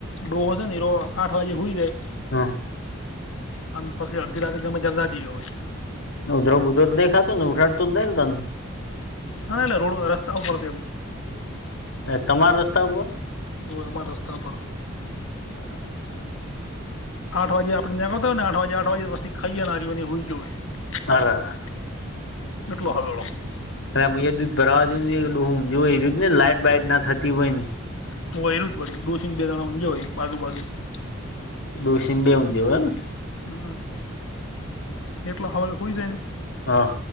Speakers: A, on the left; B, on the left.
A: ડોહો છે ની રોજ આઠ વાગે હુઈ જાય.
B: હા
A: અને પછી અડધી રાતે તમે <inaudible> હોય.
B: ઉધ ઉધર જ નઈ ખાતો ને ઉઠાડ તો જ નઈને તન
A: હા એટલે રોડ રસ્તા ઉપર છે એમ
B: એ તમાર રસ્તા ઉપર?
A: હોવે અમારા રસ્તા પર
B: બરાબર
A: આઠ વાગે આપણને નીકળતા હોય ને આઠ વાગે આઠ વાગે વસ્તી ખાઈ એ લારીઓ ને સુઈ ગ્યો હોય.
B: અરે
A: <unintelligible>
B: અરે મુયે દૂધ ભરાવા જો એ દૂધ ને લાઈટ બાઈટ ના થતી હોય ને
A: <inaudible>
B: ડોશિ ને બેે <inaudible>
A: <inaudible>
B: હા